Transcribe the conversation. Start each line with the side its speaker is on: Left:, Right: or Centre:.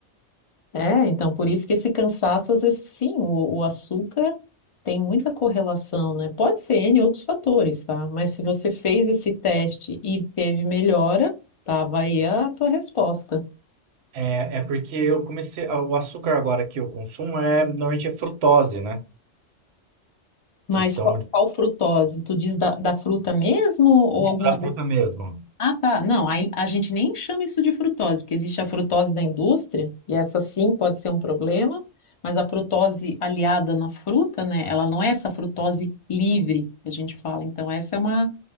Left: é, então por isso que esse cansaço, às vezes, sim, o, o açúcar tem muita correlação, né? Pode ser N outros fatores, tá? Mas se você fez esse teste e teve melhora, tava aí a tua resposta.
Right: É, é porque eu comecei. ah, O açúcar agora que eu consumo é normalmente é frutose, né?
Left: Mas
Right: Que são
Left: qual, qual frutose? Tu diz da, da fruta mesmo ou
Right: isso
Left: algum
Right: da
Left: adoçante?
Right: fruta mesmo.
Left: Ah, tá. Não, aí a gente nem chama isso de frutose, porque existe a frutose da indústria, e essa sim pode ser um problema, mas a frutose aliada na fruta, né? Ela não é essa frutose livre que a gente fala. Então, essa é uma